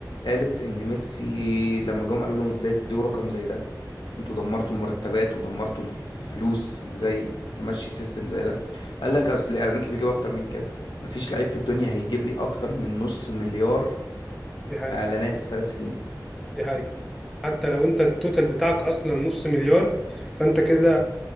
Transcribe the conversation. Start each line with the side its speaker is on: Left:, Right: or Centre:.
Left: قالت ان ميسي لما جم قالوا لهم ازاي تديوا رقم زي ده انتوا دمرتوا المرتبات ودمرتوا ال- الفلوس ازاي تمشي سيستم زي ده قال لك اصل الاعلانات اللي بيجيب اكتر من كده مفيش لعيب في الدنيا هيجيب لي اكتر من نص مليار
Centre: دي حقيقه
Left: اعلانات في ثلاث سنين
Centre: دي حقيقه حتى لو انت التوتال بتاعك اصلا نص مليار فانت كده